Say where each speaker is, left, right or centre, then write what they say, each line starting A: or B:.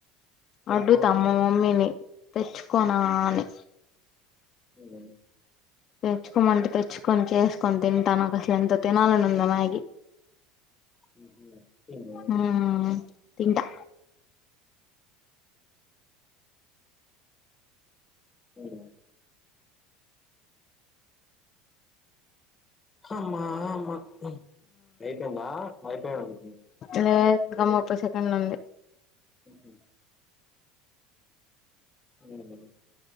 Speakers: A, on the left (about 40°); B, on the left (about 20°).
A: అడుగుత
B: కొనుక్కోండి
A: మా మమ్మీని తెచ్చుకోనా అని
B: హ్మ్
A: తెచ్చుకోమంటే తెచ్చుకొని చేసుకొని తింటాను నాకు అసలు ఎంత తినాలని ఉందో మాగి
B: ఉహు తిను
A: హ్మ్ తింటా
B: హ్మ్ అమ్మా అమ్మ అయిపెయింద అయిపెయింది
A: లే ఇంకా ముప్పై సెకండ్ ఉంది
B: హ్మ్ అవునా